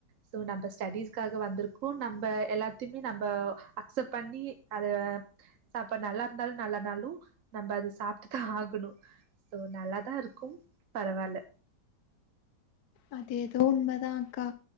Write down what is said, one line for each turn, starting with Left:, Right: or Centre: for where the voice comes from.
Right: ஸோ நம்ப ஸ்டடிஸ்க்காக வந்துருக்கோ நம்ப எல்லாத்தியுமே நம்ப அக்சப் பண்ணி அத சப்பாட் நல்லாருந்தாலு நல்லனாலு நம்ப அது சாப்ட்டு தா ஆகணு ஸோ நல்லாதா இருக்கும் பரவால்ல
Left: அது எதோ உண்ம தான்க்கா